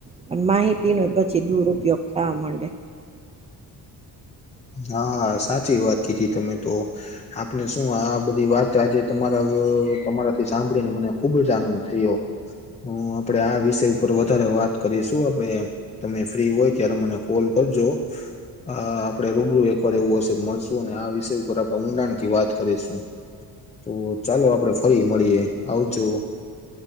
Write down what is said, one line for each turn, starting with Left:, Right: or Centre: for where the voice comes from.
Right: પણ માહિતી ન પછી દુરપયોગ થવા માંડે.
Left: હા સાચી વાત કીધી તમે તો. આપણે શું આ બધી વાત આજે તમારા તમારાથી સાંભળીને મને ખુબ જ આનંદ થયો. હ આપડે આ વિષય ઉપર વધારે વાત કરીશું આપડે તમે ફ્રી હોય ત્યારે મને કોલ કરજો અ આપડે રૂબરૂ આપડે એવું હશે મળશું અને આ વિષય ઉપર આપણે ઊંડાણ થી વાત કરીશું તો ચાલો આપડે ફરી મળીએ આવજો.